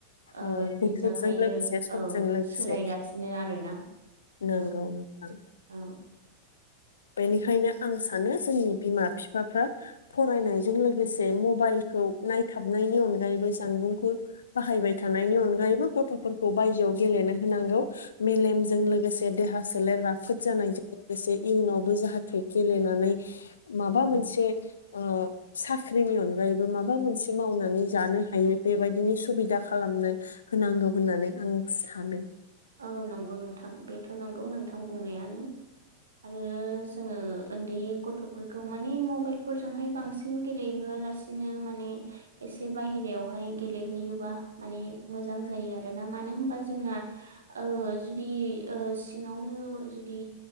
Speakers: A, on the right; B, on the left.
A: ओ
B: औ बोथोरजों
A: बेजोंहायो
B: लोगोसे समजों
A: औ
B: लोगोसे
A: सोलायगासिनो आरोना।
B: नंगौ
A: औ
B: नोंथां।
A: औ
B: बेनिखायनो आं सानो जोंनि बिमा बिफाफ्रा फरायनायजों लोगोसे मबाइल खौ नायथाबनायनि अनगायैबो जानबुंखौ बाहायबाय थानायनि अनगायैबो गथ'फोरखौ बायजोआव गेलेनो होनांगौ मेलेमजों लोगोसे देहा सोलेर राफोद जानायजों लोगोसे इयुनावबो जाहाथे गेलेनानै माबा मोनसे ओ साख्रिनि अन गायैबो माबा मोनसे मावनानै जानो हायो बेबायदिनि सुबिदा खालामनो होनांगौ होननानै आं सानो।
A: औ नंगौ नोंथां बेथ' नंगौ नोंथां बुंनायानो आरो जोङो उन्दै गथ'फोरखौ माने मबाइल फोरजोंहाय बांसिन गेलेहोयालासिनो माने एसे बाहेरायावहाय गेलेहैयोबा माने मोजां जायो आरोना मानो होनबा जोंना ओ जुदि ओ सिङावनो जुदि